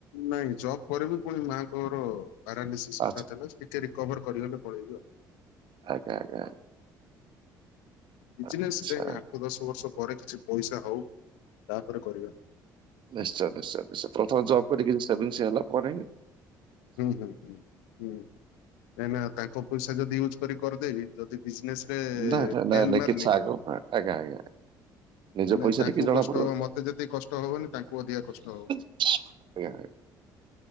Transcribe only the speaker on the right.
ଆଚ୍ଛା
ଆଜ୍ଞା! ଆଜ୍ଞା! ଆଜ୍ଞା!
ଆଚ୍ଛା
ନିଶ୍ଚୟ ନିଶ୍ଚୟ ନିଶ୍ଚୟ, ତେଣୁ ତମେ ଜବ କରକି ସେଭିଙ୍ଗସ ହେଲାପରେ।
ନାଇଁ ନାଇଁ
ନାଇଁ ନାଇଁ
କିଛି ଆଗ ଆଜ୍ଞା ଆଜ୍ଞା ନିଜ
ପଇସାରେ
କିଛି ଜଣା
ପଡିବ
<unintelligible>